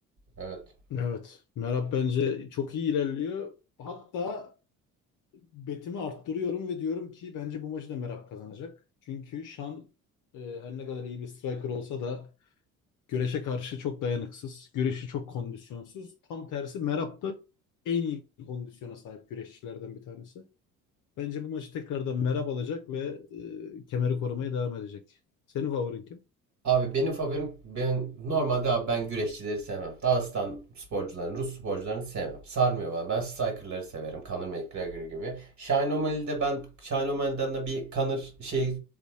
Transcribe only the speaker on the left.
evet Merab bence çok iyi ilerliyor. Hatta betimi arttırıyorum ve diyorum ki bence bu maçı da Merab kazanacak. Çünkü Şan eee, her ne kadar iyi bir striker olsa da Güreşe karşı çok dayanıksız. Güreşi çok kondisyonsuz. Tam tersi Merab da en iyi kondisyona sahip güreşçilerden bir tanesi. Bence bu maçı tekrardan Merab alacak ve e, kemeri korumaya devam edecek. Senin favorin kim?